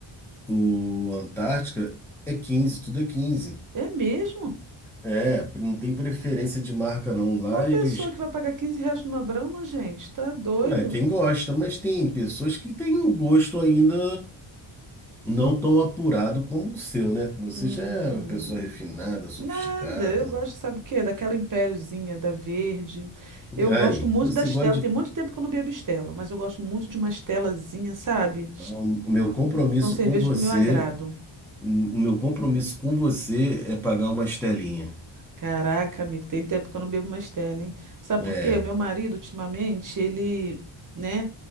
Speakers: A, in the centre; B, on the right (about 40°).
A: O Antártica é quinze tudo é quinze
B: É mesmo?
A: É, não tem preferência de marca não. Lá
B: Qual a pessoa
A: eles,
B: que vai pagar 15 reais numa Brahma, gente? Tá doido?
A: ué, quem gosta, mas tem pessoas que têm o gosto ainda não tão apurado como o seu, né? Que Você
B: Hum,
A: já é uma pessoa refinada, sofisticada.
B: nada. Eu gosto, sabe o quê? Daquela Impériozinha, da verde. Eu gosto
A: Aí,
B: muito
A: você
B: da Stella.
A: gosta de...
B: Tem muito tempo que eu não bebo Stella, mas eu gosto muito de uma Stellazinha, sabe?
A: Não, o meu compromisso
B: São cervejas
A: com você,
B: do meu agrado.
A: o meu compromisso com você é pagar uma estelinha.
B: Caraca, amigo, tem tempo que eu não bebo mais stella, hein? Sabe
A: É.
B: por quê? O meu marido, ultimamente, ele, né?